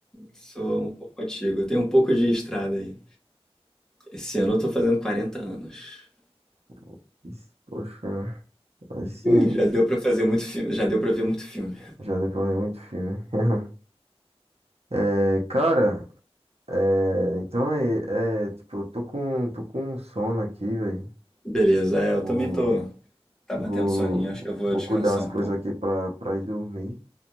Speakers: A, in the centre; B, on the right (about 75°).
A: sou um pouco antigo. Eu tenho um pouco de estrada aí. Esse ano eu tô fazendo 40 anos.
B: <laughs> Isso, Poxa, aí sim,
A: Ih,
B: né?
A: já deu pra fazer muito filme, já deu pra ver muito filme.
B: Já deu pra ver muito filme. <laughs> É, cara, é, então é, é, tipo, eu tô com, tô com um sono aqui, velho.
A: Beleza, é, eu
B: Vou,
A: também tô. Tá
B: vou,
A: batendo soninho, acho que eu vou
B: vou
A: descansar
B: cuidar as
A: um
B: coisas
A: pouco.
B: aqui pra, pra ir dormir.